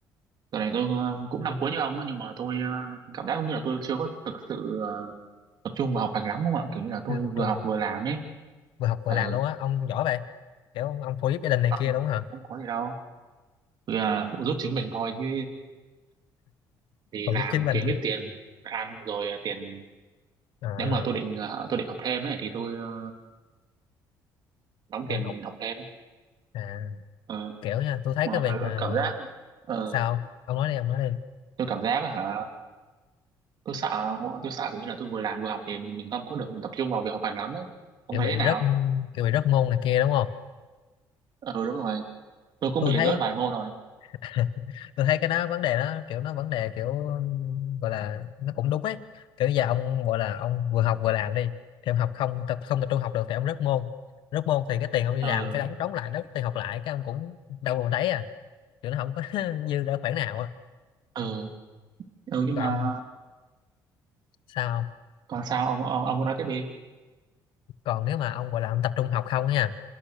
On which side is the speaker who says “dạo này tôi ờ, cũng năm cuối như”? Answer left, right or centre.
Right